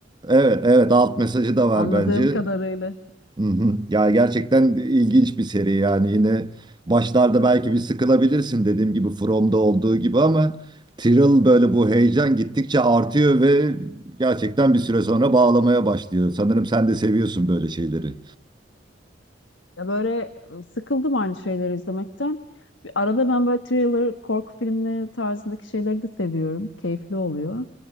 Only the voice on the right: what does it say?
Evet, evet alt mesajı da var
bence.
Hı hı. Ya gerçekten ilginç bir seri yani yine başlarda belki bir sıkılabilirsin dediğim gibi From'da olduğu gibi ama Tyrell böyle bu heyecan gittikçe artıyor ve gerçekten bir süre sonra bağlamaya başlıyor. Sanırım sen de seviyorsun böyle şeyleri.